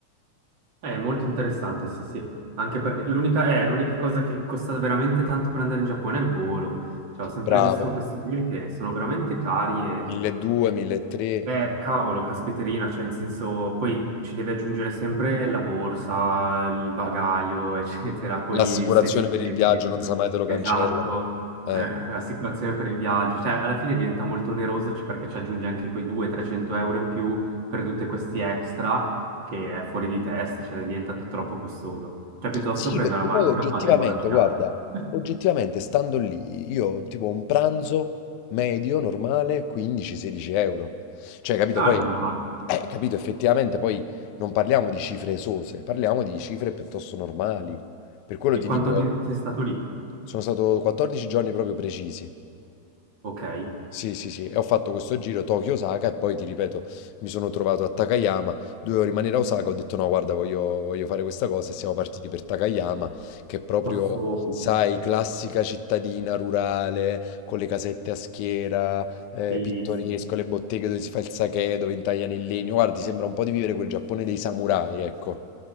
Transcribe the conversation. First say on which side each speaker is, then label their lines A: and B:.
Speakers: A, on the right; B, on the left.
A: Eh, È molto interessante, sì, sì, anche perché l'unica eh, l'unica cosa che costa veramente tanto per andare in Giappone è il volo. Cioè, ho sempre
B: Bravo.
A: visto questi voli che sono veramente cari
B: 1200, 1300.
A: eh, cavolo, caspiterina, cioè in senso, poi ci devi aggiungere sempre la borsa, il bagaglio, <laughs> eccetera, poi
B: L'assicurazione
A: il sedile,
B: per il
A: che
B: viaggio,
A: ti-
B: non sa mai te lo
A: esatto,
B: cancellano. Eh.
A: eh, l'assicurazione per il viaggio, cioè alla fine diventa molto oneroso c- perché ci aggiungi anche quei 200-300 euro in più per tutti questi extra che è fuori di testa, cioè diventa troppo costoso. Cioè piuttosto
B: Sì,
A: prendo
B: perché
A: la macchina,
B: poi oggettivamente,
A: vado in macchina.
B: guarda,
A: <laughs>
B: oggettivamente stando lì, io tipo un pranzo medio, normale, 15-16 euro. Cioè, capito?
A: Ah,
B: Poi,
A: non male.
B: eh, capito, effettivamente poi non parliamo di cifre esose, parliamo di cifre piuttosto normali. Per quello
A: E
B: ti
A: quanto
B: dico,
A: tempo sei stato lì?
B: sono stato 14 giorni proprio precisi.
A: Ok.
B: Sì, sì, sì, e ho fatto questo giro Tokyo-Osaka e poi ti ripeto, mi sono trovato a Takayama, dovevo rimanere a Osaka, ho detto no, guarda, voglio, voglio fare questa cosa e siamo partiti per Takayama, che è proprio,
A: Posso...
B: sai, classica cittadina rurale, con le casette a schiera, eh,
A: Bellissimo.
B: pittoresco, le botteghe dove si fa il sake, dove intagliano il legno, guarda, ti sembra un po' di vivere quel Giappone dei samurai, ecco,